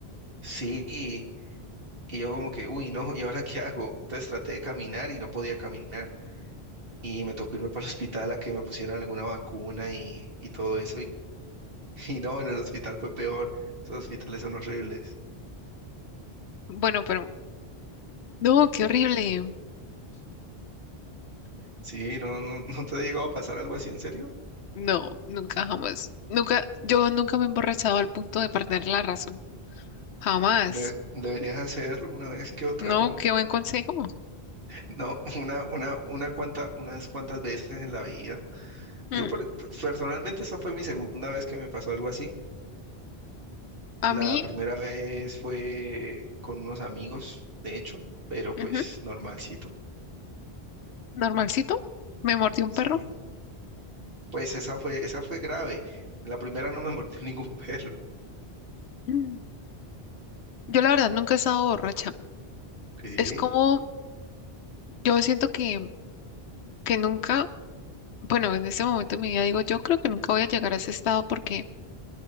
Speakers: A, on the right; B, on the left.
A: Sí, y y yo como que, uy, no, ¿y ahora qué hago? Entonces traté de caminar y no podía caminar. Y me tocó irme para el hospital a que me pusieran alguna vacuna y, y todo eso. Y Y no, en el hospital fue peor. Esos hospitales son horribles.
B: Bueno, pero no, qué horrible.
A: Sí, no, no, <laughs> ¿no te ha llegado a pasar algo así en serio?
B: No, nunca jamás. Nunca, yo nunca me he emborrachado al punto de perder la razón. Jamás.
A: De- deberías hacerlo una vez que otra,
B: No,
A: no,
B: qué buen consejo.
A: <laughs> no, una, una, una cuanta, unas cuantas veces en la vida. Yo
B: Mm,
A: per- personalmente esa fue mi segunda vez que me pasó algo así.
B: A
A: La
B: mí,
A: primera vez fue con unos amigos, de hecho, pero pues
B: ujú,
A: normalcito.
B: normalcito, me mordió un
A: Sí.
B: perro.
A: Pues esa fue, esa fue grave. En la primera no me <laughs> mordió ningún perro.
B: Mm, Yo la verdad nunca he estado borracha.
A: Ok,
B: Es como, yo siento que, que nunca Bueno, en este momento de mi vida digo, yo creo que nunca voy a llegar a ese estado porque